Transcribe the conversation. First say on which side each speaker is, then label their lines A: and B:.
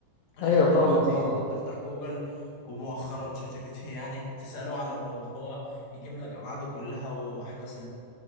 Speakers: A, on the left; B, on the left.
A: لكن
B: ايوه فاهمك
A: دلوقتي
B: طبعا
A: انت بتفتح جوجل ومؤخرا شات جي بي تي <laughs> يعني تسأله على الموضوع يجيب لك أبعاده كلها وأحدث